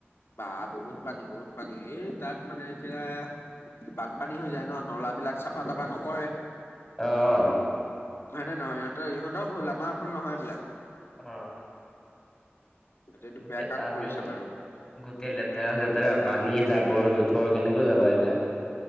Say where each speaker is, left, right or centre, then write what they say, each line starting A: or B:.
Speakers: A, on the left; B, on the left.
A: বা বহুত পানী বহুত পানী এই তাত মানে এতিয়া বানপানী হৈ যায় ন, নলা বিলাক চাফা তাফা নকৰে।
B: অঁ।
A: হয় নে নহয়? ইহঁতৰ ইহঁতৰ ভুল আমাৰ ভুল নহয় এইবলাক।
B: অ।
A: এইটো
B: গোটেই
A: বেয়া কাম
B: পানী।
A: কৰিছে বাৰু।
B: গোটেই লেতেৰা চেতেৰা পানী জাবৰ জোথৰ কেনেকৈ যাবা এইবিলাক।